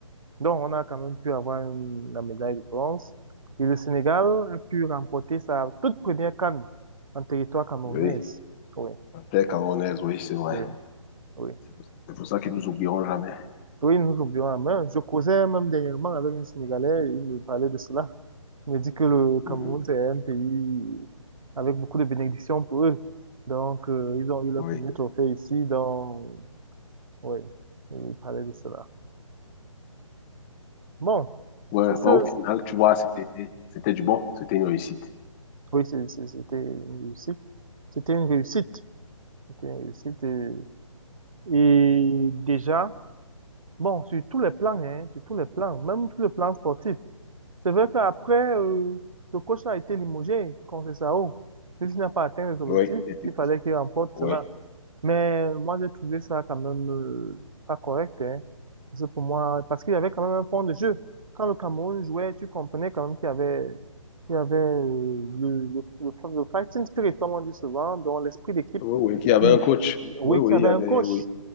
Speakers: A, on the right; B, on the left.
A: Donc, on a quand même pu avoir une- la médaille de bronze. Et le Sénégal a pu remporter sa toute première CAN en territoire camerounais
B: Oui,
A: Oui,
B: la terre camerounaise, oui, c'est vrai.
A: oui, oui.
B: C'est pour, c'est pour ça qu'ils nous oublieront jamais.
A: Oui, nous oublions la main. Je causais même dernièrement avec un Sénégalais, il me parlait de cela. Il me dit que le Cameroun,
B: Mhm.
A: c'est un pays avec beaucoup de bénédictions pour eux. Donc, euh, ils ont eu leur
B: Oui.
A: premier trophée ici. Donc, oui, il parlait de cela. Bon,
B: Ouais,
A: c'est ça
B: bah, au final, tu vois, c'était, c'était du bon, c'était une réussite.
A: oui, c'est- c'est- c'était une réussite. C'était une réussite. C'était une réussite. euh, Et, déjà, bon, sur tous les plans, hein, sur tous les plans, même sur le plan sportif. C'est vrai qu'après, euh, le coach a été limogé contre Sao. Puisqu'il n'a pas atteint les objectifs,
B: Oui, il était
A: il
B: coach.
A: fallait qu'il remporte
B: ouais.
A: cela. Mais moi, j'ai trouvé ça quand même euh, pas correct. Hein. Parce que pour moi, parce qu'il y avait quand même un fond de jeu. Quand le Cameroun jouait, tu comprenais quand même qu'il y avait, qu'il y avait euh, le, le, le, le fighting spirit, comme on dit souvent, dans l'esprit d'équipe
B: Oui, oui, qui avait
A: qui,
B: un coach.
A: oui,
B: Oui, oui,
A: qui avait
B: il y avait,
A: un coach.
B: oui.